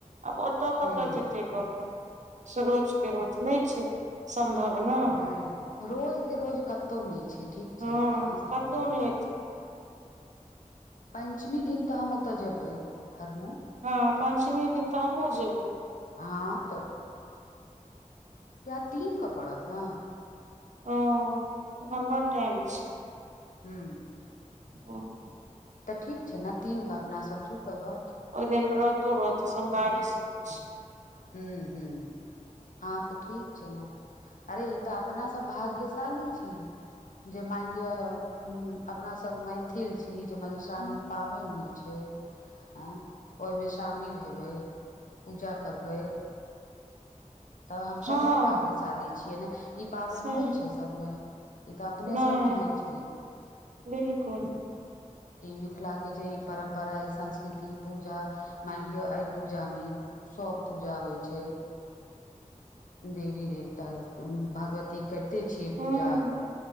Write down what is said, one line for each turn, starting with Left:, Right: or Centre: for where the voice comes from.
Right: आब ओतऽ
Left: हूँ
Right: कतऽ जेतै लोक से रोज के रोज नहि छै सम्भव ना
Left: नइ नइ रोज के रोज कतो न छै ठीक
Right: हँ
Left: छै कहाँ से
Right: कतहु
Left: आदमी के
Right: नहि
Left: पार
Right: हेतै
Left: लगतै पञ्चमी दिन तऽ हम ओतऽ जेबै हरमो
Right: हँ पञ्चमी दिन तऽ हमहु जेबे
Left: हँ त या तीन के पड़त ने
Right: ओ एखन बड़ टाइम छै
Left: हू
Right: <unintelligible>
Left: तऽ ठीक छै ने तीन कऽ अपनासभ जुटब ओर की
Right: ओहि दिन रतो रहते सोमवारी सब छै
Left: हूँ हूँ आ त ठीक छै ने अरे ई तऽ अपना सब भाग्यशाली छी जे मानि लिअ अपनासभ मैथिल छी जे मधुश्रावणी
Right: हुं
Left: पाबैन होइ छै हँ ओहिमे शामिल हेबै पूजा करबै तऽ हमसभ
Right: हँ
Left: बड भाग्यशाली छियै ने ई पाबनि
Right: सुन
Left: होइ छै सभमे ई त अपने
Right: नहि
Left: सभ मे होइ छै
Right: बिलकुल
Left: ई मिथिलाके जे ई परम्परा ई संस्कृति पूजा मान लियौ एहि पूजामे सब पूजा होइ छै देवी देवता भगवती के कैरते छियै
Right: हुं
Left: पूजा